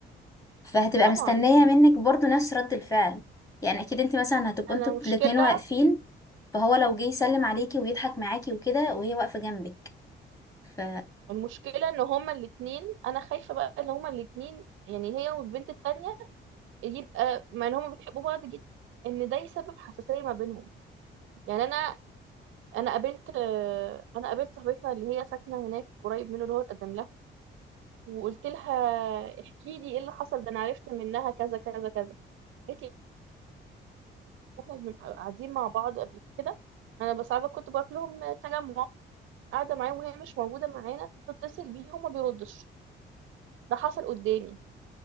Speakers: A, on the left; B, on the right.
A: فهتبقى
B: طبعا
A: مستنية منك برضو نفس رد الفعل يعني اكيد انت مثلا هتبقوا
B: انا
A: انتوا
B: مشكلة
A: الاتنين واقفين فهو لو جه يسلم عليكي ويضحك معاكي وكده وهي واقفة جنبك ف
B: المشكلة ان هما الاتنين انا خايفة بقى ان هما الاتنين يعني هي والبنت التانية يبقى مع ان هما بيحبوا بعض جدا ان ده يسبب حساسيه ما بينهم يعني انا انا قابلت آه، انا قابلت صاحبتنا اللي هي ساكنه هناك قريب منه اللي هو اتقدم لها وقلت لها احكي لي ايه اللي حصل ده انا عرفت منها كذا كذا كذا قالت لي إحنا بنبقى قاعدين مع بعض قبل كده انا بس عارفة كنت بروح لهم تجمع قاعده معاهم وهي مش موجوده معانا بتتصل بيه هو ما بيردش ده حصل قدامي